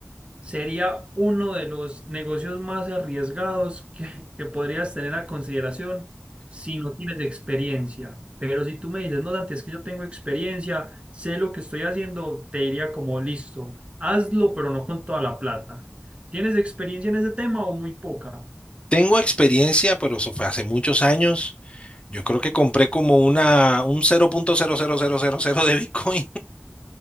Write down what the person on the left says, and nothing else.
Tengo experiencia, pero eso fue hace muchos años. Yo creo que compré como una, un cero punto cero cero cero punto cero de bitcoin